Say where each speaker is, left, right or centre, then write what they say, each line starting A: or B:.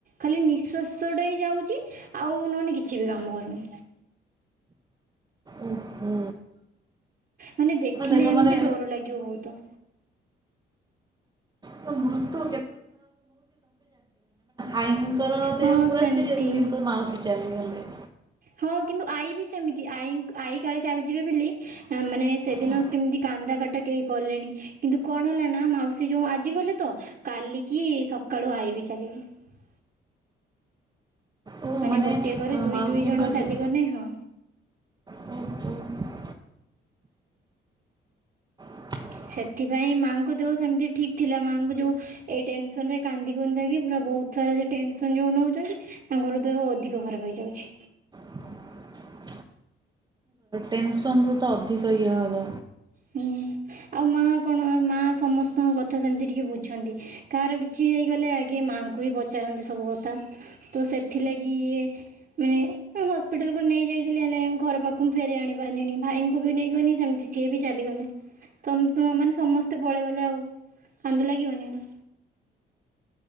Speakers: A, on the right; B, on the right.
A: ଖାଲି ନିଶ୍ୱାସ ଟା ହିଁ ଯାଉଛି ଆଉ ନହନି କିଛି ବି କାମ କରୁନି।
B: ଓହୋ
A: ମାନେ ଦେଖିଲେ
B: ଦେଖ
A: ଏମିତି
B: ମାନେ
A: ଡର ଲାଗିବ ବହୁତ
B: ହଁ ମାନେ ମୃତ୍ୟୁ ଆଈଙ୍କର ଦେହ
A: ହଁ
B: ପୁରା
A: ସେମିତି
B: ସିରିଅସ୍ କିନ୍ତୁ ମାଉସୀ ଚାଲିଗଲେ।
A: ହଁ କିନ୍ତୁ ଆଈ ବି ସେମିତି ଆଈ ଆଈ କାଳେ ଚାଲିଯିବେ ବୋଲି ମାନେ ସେଦିନ
B: ହଁ
A: କେମିତି କା କାନ୍ଦ କଟା କେହି କଲେଣି କିନ୍ତୁ କଣ ହେଲା ନାଁ ମାଉସୀ ଯୋଉଁ ଆଜିଗଲେ ତ କାଲିକି ସଖା ଆଈ ବି ଚାଲିଗଲେ।
B: ଓ
A: ମାନେ ଗୋଟିଏ ଘରେ
B: ଅ,
A: ଦୁଇ
B: ମାଉସୀଙ୍କ
A: ଦୁଇ ଜଣ
B: ଜୀ-
A: ଚାଲିଗଲେ ହଁ।
B: ଦେଖ <inaudible>
A: ସେଥିପାଇଁ ମାଆଙ୍କୁ ଦେହ ସେମିତି ଠିକ୍ ଥିଲା ମାଆଙ୍କୁ ଯୋଉଁ ଏଇ ଟେନସନ ରେ କାନ୍ଦି କୁନ୍ଦାକି ପୁରା ବହୁତ ସାରା ସେ ଟେନସନ୍ ଯେଉଁ ନେଉଛନ୍ତି ତାଙ୍କର ଦେହ ଅଧିକ ଖରାପ ହେଇଯାଉଛି।
B: <unintelligible> ଟେନସନ ରୁ ତ ଅଧିକ ଇଏ ହବ।
A: ହୁଁ ଆଉ ମା କଣ ମା ସମସ୍ତଙ୍କ କଥା ସେମିତି ଟିକେ ବୁଝନ୍ତି କାହାର କିଛି ହେଇଗଲେ ଆଗେ ମା ତାଙ୍କୁ ହି ପଚାରନ୍ତି ସବୁ କଥା ତ ସେଥିଲାଗି ଇଏ ମାନେ ଏ ହସ୍ପିଟାଲ କୁ ନେଇ ଯାଇଥିଲି ହେଲେ ଘର ପାଖ ମୁ ଫେରି ଆଣି ପାରନିନଣିି ଭାଇଙ୍କୁ ବି ନେଇଗନି ସେମିତି ସିଏ ବି ଚାଲିଗଲେ ତ ତ ମାନେ ସମସ୍ତେ ପଳେଇଗଲେ ଆଉ କାନ୍ଦ ଲାଗିବନି ନାଁ।